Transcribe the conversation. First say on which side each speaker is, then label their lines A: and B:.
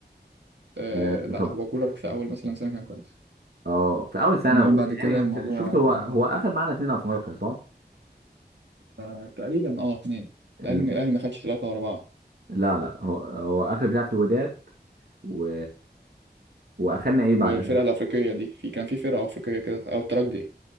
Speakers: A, on the right (about 85°); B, on the right (about 65°).
A: آه
B: آه
A: لا
B: طب
A: هو كولر في أول مثلا سنة كان كويس
B: اه في أول سنة
A: انما
B: و-
A: بعد كده
B: يعني
A: الموضوع
B: في- شفت هو
A: كان
B: هو
A: واحد.
B: أخذ معانا اتنين أفريقيا صح؟
A: آه، تقريبا اه اتنين
B: ال...
A: الاهلي الاهلي ما خدش ثلاثة ورا بعض
B: لا لا هو هو أخذ بتاعة الوداد و... وأخدنا ايه بعدها؟
A: والفرقة الافريقية دي في كان في فرقة افريقية كده او الترجي